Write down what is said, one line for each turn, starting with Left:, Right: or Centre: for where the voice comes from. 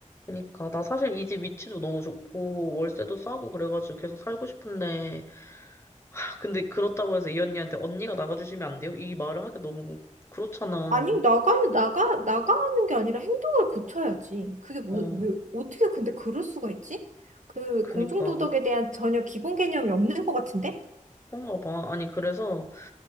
Left: 그러니까. 나 사실 이 집 위치도 너무 좋고, 월세도 싸고 그래가지고 계속 살고 싶은데, 하, 근데 그렇다고 해서 이 언니한테 언니가 나가주시면 안 돼요? 이 말을 하기 너무 그렇잖아.
Right: 아니 나가 나가 나가는 게 아니라 행동을 고쳐야지 그게 뭐,
Left: 어,
Right: 왜, 어떻게 근데 그럴 수가 있지? 그
Left: 그니까.
Right: 공중도덕에 대한 전혀 기본 개념이 없는 것 같은데?
Left: 그런가 봐. 아니, 그래서,